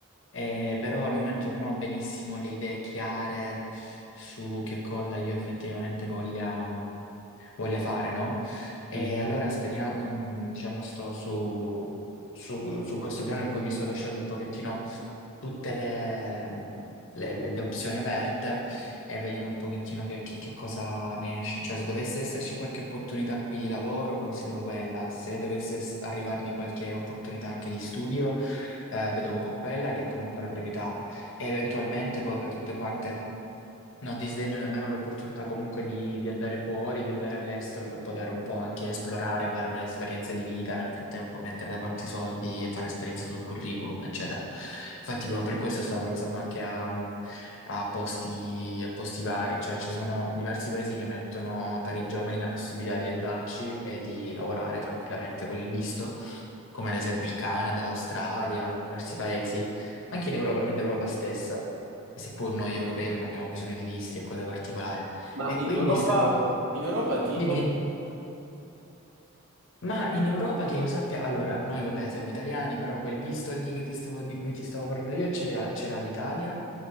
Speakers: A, on the left; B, on the right.
A: Eh, però al momento non ho benissimo le idee chiare su che cosa io effettivamente voglia, mm, voglia fare, no? E
B: Mm.
A: allora speriamo, mm, diciamo, sto su, su- su questo piano in cui mi sto lasciando un pochettino tutte le, mh, le- le- le opzioni aperte e vediamo un pochettino che, che- che cosa ne esce. Cioè, se dovesse esserci qualche opportunità qui di lavoro, considero quella. Se dovesse ess- arrivarmi qualche opportunità anche di studio, eh, vedo un po' quella che è comunque la priorità e eventualmente poi fra tutte quante non disdegno nemmeno l'opportunità comunque di, di andare fuori, di andare all'estero per poter un po' anche esplorare, avere un'esperienza di vita, nel frattempo mettere da parte i soldi e fare esperienza sul curriculum, eccetera. Infatti, proprio per questo stavo pensando anche a, a posti, a posti vari, cioè ci sono diversi paesi che mettono per i giovani la possibilità di andarci e di lavorare tranquillamente con il visto, come ad esempio il Canada, l'Australia, diversi paesi, anche in Europa, nell'Europa stessa seppur noi europei non abbiamo bisogno di visti e cose particolari.
B: Ma
A: E
B: in
A: quindi
B: Europa,
A: stavo...
B: in Europa tipo?
A: Dimmi, dimmi. Ma in Europa che io sappia, allora, noi vabbè siamo italiani, però quel visto lì che ti stavo- di cui ti stavo parlando io ce l'ha ce l'ha l'Italia,